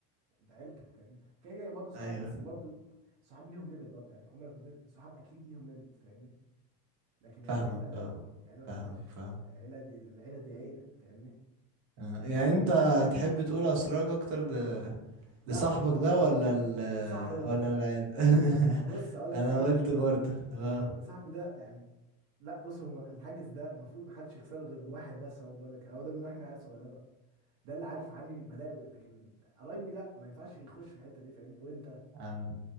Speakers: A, on the right; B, on the right.
A: ده عيلتك فاهمني كده كده برضه صحابك
B: ايوه
A: بس برضه صحاب ليهم ليميت برضه يعني عمرك بت... صحاب اكيد ليهم ليميت فاهمني لكن
B: فاهمك
A: العيله لا
B: اه
A: العيله ما
B: فاهمك
A: فيهاش
B: فاهمك
A: العيله دي العيله دي عيله فاهمني
B: آه، يعني انت تحب تقول اسرارك اكتر ل...
A: لا
B: لصاحبك
A: برضه
B: ده ولا ال...
A: آه، صاحبي برضه
B: ولا العيد
A: آه،
B: <laughs>
A: بص اقول لك
B: انا
A: حاجه
B: قلت برضه اه
A: آه، صاحبي ده يعني لا بص هو الحاجز ده المفروض ما حدش يخسره غير واحد بس هو بقول لك هو ده من واحنا عيال صغيره ده اللي عارف عني بلاوي لكن قرايبي لا ما ينفعش يخش في الحته دي فاهمني وانت
B: آه.